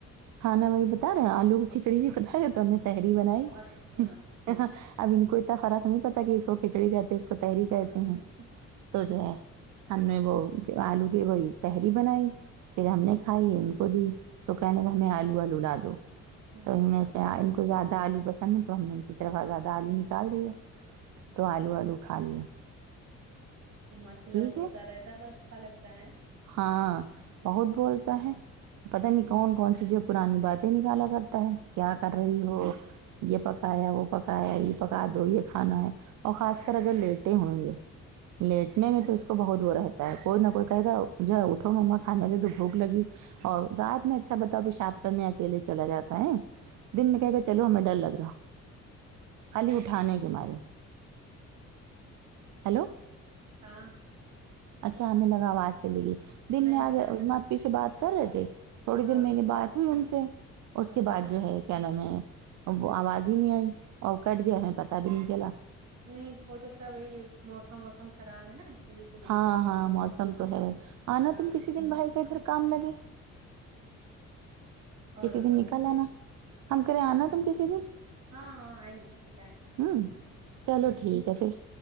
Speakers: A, on the right (about 70°); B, on the right (about 60°).
A: کھانا وہی بتا رہے ہیں آلو کی کھچڑی جی بتا رہے تو ہم نے تحری بنائی
B: اچھا
A: ہ ں ہاں اب ان کو اتنا فرق نہیں پتا کہ اس کو کھچڑی کہتے اس کو تحری
B: ہوں
A: کہتے ہیں تو جو ہے ہم نے وہ آلو کی وہی تحری بنائی پھر ہم نے کھائی ان کو دی تو کہنے لگا ہمیں آلو آلو لا دو
B: ہ
A: تو ان نے انن کو زیادہ آلو پسند ہے تو ہم نے ان کی طرف زیادہ آلو نکال دینے تو آلو آلو کھا لیا
B: ماشاللہ بولتا
A: کے
B: رہتا ہے تو اچھا لگتا ہے
A: ہاں بہت بولتا ہے پتہ نہیں کون کون سی جو پرانی باتیں نکالا کرتا ہے کیا
B: ہاں
A: کر رہی ہو یہ پکایا وہ پکایا یہ پکا دو یہ کھانا ہے اور خاص کر اگر لیٹیں ہونگے لیٹنے میں تو اس کو بہت وہ رہتا ہے کوئی نہ کوئی کہے گا جو ہے اٹھو مما کھانے دے دو بھوک لگی اور رات میں اچھا بتاؤ پیشاب کرنے اکیلے چلا جاتا ہے دن میں کہیگا چلو ہمیں ڈر لگ رہا خالی اٹھانے کے مارے ہلو
B: ہاں
A: اچھا ہمیں لگا آواز چلے گئی
B: نہیں
A: دن میں
B: نہیں
A: آج
B: آ
A: اے
B: رہی
A: عظمی سے بات کر رہے تھے تھوڑی
B: ہاں
A: دیر میں نے بات ہوئی ان سے اس
B: اچھا
A: کے بعد جو ہے کیا نام ہے آواز ہی نہیں آئی اور کٹ گیا ہمیں پتہ بھی نہیں چلا
B: نہیں ہو سکتا وہی موسم وسم خراب ہے نا وجہ سے دقت
A: ہاں
B: ہو
A: ہاں
B: رہی ہے
A: موسم تو ہے آنا
B: ہاں
A: تم کسی دن بھائی کا ادھر کام لگے
B: اور
A: کسی
B: بتاؤ
A: دن نکل
B: سب ٹھیک
A: آنا ہم کریں آنا تم کسی دن
B: ہاں ہاں <unintelligible>
A: ہوں چلو ٹھیک ہے پھر